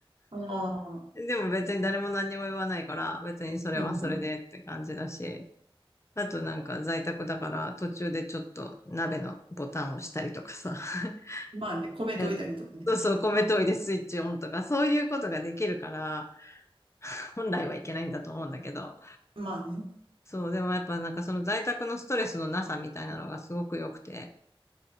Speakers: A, on the right; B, on the left.
A: ああ、
B: <laughs> でも別に誰も何にも言わないから、別にそれはそれでって感じだし、
A: うんうん。
B: あとなんか在宅だから途中でちょっと鍋のボタンを押したりとかさ、<laughs>
A: まあね、米といたりとかね。
B: えそうそう、米研いでスイッチオンとか、そういうことができるから、本来はいけないんだと思うんだけど、
A: まあね。
B: そう、でもやっぱなんかその在宅のストレスのなさみたいなのがすごく良くて、